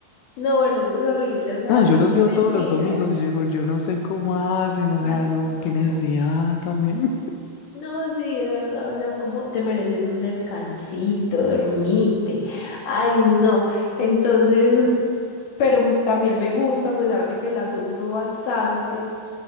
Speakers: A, on the left; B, on the left.
A: no, bueno, eso es horrible, o sea,
B: No,
A: n-
B: yo los veo
A: mentiras.
B: todos los domingos y yo digo, yo no sé cómo hacen, o
A: Ay,
B: sea, no,
A: yo tampoco.
B: qué necesidad también.
A: No, sí, de verdad, o sea, como te mereces un descansito, dormite. Ay, no. Entonces, pero también me gusta, a pesar de que la sufro bastante,